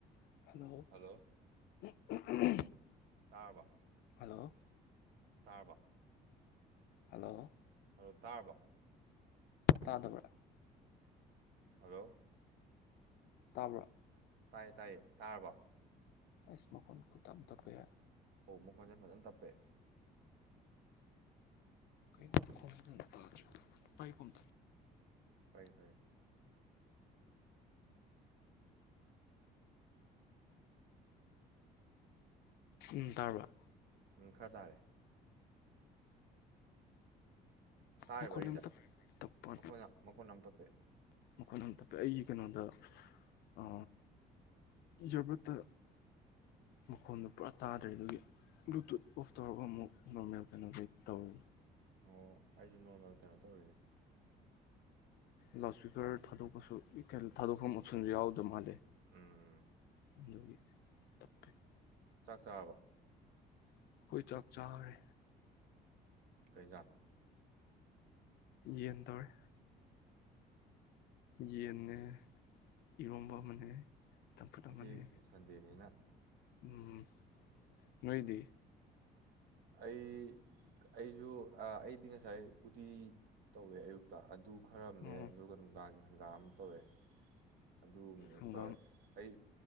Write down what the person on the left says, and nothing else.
ꯑꯟꯑꯣꯗꯤꯕꯜ
ꯂꯣ
ꯍꯜꯂꯣ
ꯇꯥꯗꯕ꯭ꯔꯣ
ꯇꯥꯕ꯭ꯔꯣ
ꯑꯟꯏꯟꯇꯦꯜꯂꯤꯖꯦꯕꯜ
ꯑꯟꯏꯟꯇꯦꯜꯂꯤꯖꯦꯕꯜ
ꯎꯝ ꯇꯔꯕ
ꯃꯈꯣꯟ
ꯌꯥꯝ ꯇꯞ ꯇꯞꯄ
ꯀꯅꯝꯇ ꯑꯩꯒꯤ ꯀꯩꯅꯣꯗ ꯑ ꯖꯔꯕꯠꯇ ꯃꯈꯣꯟꯗꯨꯣ ꯄꯨꯔꯥ ꯇꯥꯗ꯭ꯔꯦ ꯑꯗꯨꯒꯤ ꯕ꯭ꯂꯨꯇꯨꯠ ꯑꯣꯐ ꯇꯧꯔꯒ ꯃꯨ ꯅꯣꯔꯃꯦꯜ ꯀꯩꯅꯣꯗꯩ ꯇꯧꯔꯣ
ꯂꯥꯎꯠ ꯁꯄꯤꯀꯔ ꯊꯥꯗꯣꯛꯄꯁꯤꯁꯤꯅ ꯊꯥꯗꯣꯛꯐꯝ ꯑꯣꯞꯁꯟꯁꯨ ꯌꯥꯎꯗꯕ ꯃꯥꯜꯂꯦ
<unintelligible>
ꯑꯩꯈꯣꯏ ꯆꯥꯛ ꯆꯥꯔꯦ
ꯌꯦꯟ ꯇꯧꯔꯦ ꯌꯦꯟꯅꯦ ꯏꯔꯣꯡꯕ ꯑꯃꯅꯦ ꯆꯝꯐꯨꯗ
ꯑꯃꯅꯦ
ꯎꯝ ꯅꯣꯏꯗꯤ
ꯎꯝ
ꯍꯪꯒꯥꯝ